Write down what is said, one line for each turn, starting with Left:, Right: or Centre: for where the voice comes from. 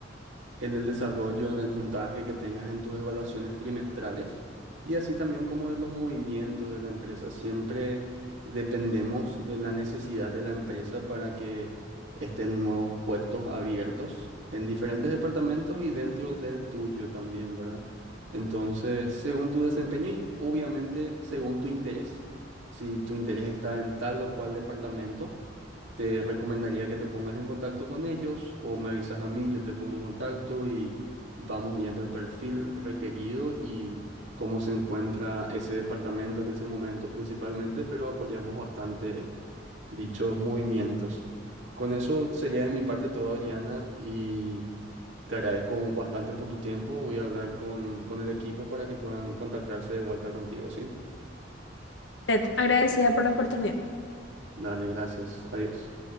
Right: en el desarrollo, en el puntaje que tengas en tus evaluaciones trimestrales y así también como de los movimientos de la empresa. Siempre dependemos de la necesidad de la empresa para que estén nuevos puestos abiertos en diferentes departamentos y dentro del tuyo también, ¿verdad? Entonces, según tu desempeño y obviamente según tu interés. Si tu interés está en tal o cual departamento, te recomendaría que te pongas en contacto con ellos o me avisas a mí, yo te pongo en contacto y vamos viendo el perfil requerido y cómo se encuentra ese departamento en ese momento principalmente, pero apoyamos bastante dichos movimientos. Con eso sería de mi parte todo, Adriana, y te agradezco bastante por tu tiempo. Voy a hablar con, con el equipo para que puedan contactarse de vuelta contigo, ¿sí?
Left: Ted, agradecida por la oportunidad.
Right: Dale, gracias. Adiós.